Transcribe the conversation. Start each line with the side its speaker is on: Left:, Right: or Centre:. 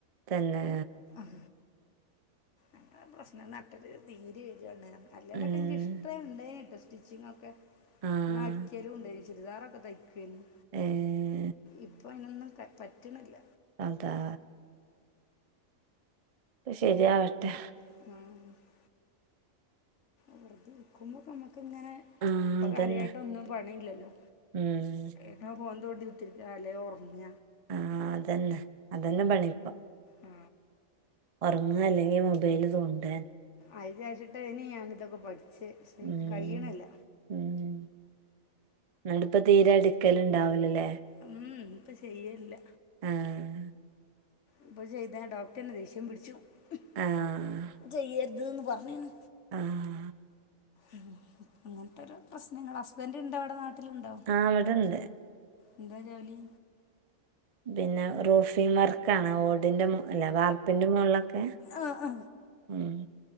Right: തന്നെ
Left: ഉം അങ്ങനെ പ്രശ്നം നട്ടിലില് നീര് വെരാണ് അല്ലേലൊക്കെ
Right: ആഹ് ഏഹ്
Left: ന്ക്ക് ഇഷ്ടം ഉണ്ടേനിട്ടോ സ്റ്റിച്ചിങ് ഒക്കെ
Right: ആഹ്
Left: ഞാൻ അടിക്കലും ഉണ്ടയ്ന് ചുരിദാറൊക്കെ തയ്ക്കയ്നു
Right: ഏഹ്
Left: ഇപ്പൊ അയ്നൊന്നും കയ് പറ്റ്ണില്ല
Right: അതാ ശെരിയാവട്ടെ
Left: ആഹ് വെറുതെ നിൽക്കുമ്പോ നമ്മക്കിങ്ങനെ
Right: ആഹ്
Left: ഇപ്പൊ
Right: അതന്നെ
Left: കാര്യയിട്ടോന്നും പണയില്ലല്ലോ
Right: ഉം
Left: ങ്ങനെ ഫോൺതോണ്ടി കുത്തിരിക്ക അല്ലേ ഒർങ്ങ
Right: ആഹ് അതന്നെ അതന്നെ പണിപ്പോ
Left: ആ
Right: ഉറ്ങ്ങ അല്ലെങ്കിൽ മൊബൈല് തോണ്ട
Left: അയിജാരിച്ചിട്ടേയ്നി ഞാാനിതൊക്കെ പഠിച്ച് പക്ഷെ ഇൻക്ക്
Right: ഉം
Left: കഴിണില്ല
Right: ഉം ന്നട്ടിപ്പ തീരെ അടിക്കല് ണ്ടാവില്ലല്ലേ
Left: ഉം ഉം ഇപ്പചെയ്യലില്ല
Right: ആഹ്
Left: ഇപ്പൊ ചെയ്താ ഡോക്ടറെനെ ദേഷ്യംപിടിച്ചും ഹ്മ്മ്
Right: ആഹ്
Left: പ്പോ ചെയ്യര്ത് ന്ന് പർഞ്ക്ക്ണ്
Right: ആഹ്
Left: ഉം അങ്ങൻതോരോപ്രശ്നങ്ങളാ ഹസ്ബന്റ്ണ്ടോവ്ടെ നാട്ടിലുണ്ടോ?
Right: ആഹ് വ്ടെണ്ട്
Left: എന്താ ജോലി?
Right: പിന്നെ റൂഫിങ് വർക്കാണ് ഓടിന്റെ മു അല്ല വാർപ്പിന്റെമോള്ലൊക്കെ
Left: ആ ആ
Right: ഉം